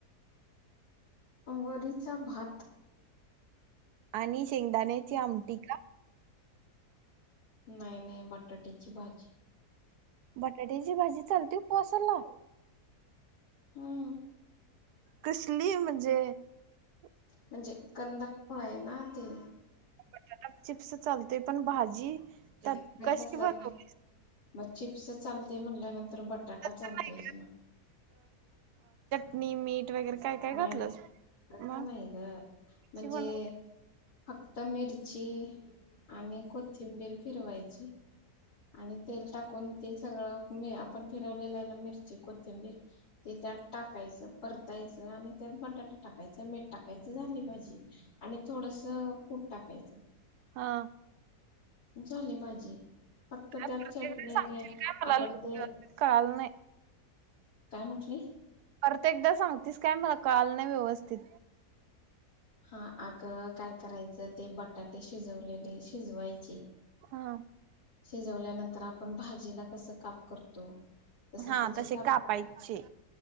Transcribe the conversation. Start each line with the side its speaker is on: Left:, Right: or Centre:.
Left: वरीचा भात
Right: आणि शेंगदाण्याची आमटी का?
Left: नाइ नाइ बट बटाट्याची भाजी
Right: बटाट्याची भाजी चालती उपवासाला
Left: हां.
Right: कसली म्हजे अ.
Left: म्हणजे कंद. फळं आहे ना ते.
Right: बटाटा चिप्स चालतोय पण भाजी जी तर
Left: नाही
Right: कशी
Left: कसं
Right: बनवलीस?
Left: मग चिप्स चालतय म्हणल्यानंतर तर बटाटा
Right: तसं
Left: चालतोयच
Right: नाही
Left: ना.
Right: नी, मीठ वगैरे काय काय
Left: नाय
Right: घातलंस
Left: नाय तस
Right: मग
Left: नाही ग
Right: कशी
Left: मंजे
Right: बनवली?
Left: फक्त मिरची अ. आणि कोथिंबीर. फिरवायची आणि तेल टाकून ते सगळं आपण फिरवल्याल मिरची कोथिंबीर ते त्यात टाकायचं परतायचं. आणि त्यात बटाटा टाकायचं मीठ टाकायचं, झाली भाजी आणि थोडस कूट टाकायचं.
Right: हा.
Left: झाली भाजी. फक्त
Right: परत
Left: त्यात चटणी
Right: एकदा सांगशील काय मला
Left: आपण
Right: <unintelligible>
Left: ते
Right: कळाल नाही.
Left: काय म्हंटलीस.
Right: परत एकदा सांगतीस काय मला कळाल नाही व्यवस्थित.
Left: हा आग. काय करायच ते बटाटे शिजवलेले शिजवायचे.
Right: हा.
Left: शिजवल्यानंतर आपण भाजीला कस काप करतो तस
Right: हा
Left: त्याचे
Right: तसे
Left: काप
Right: कापायचे
Left: करायचे.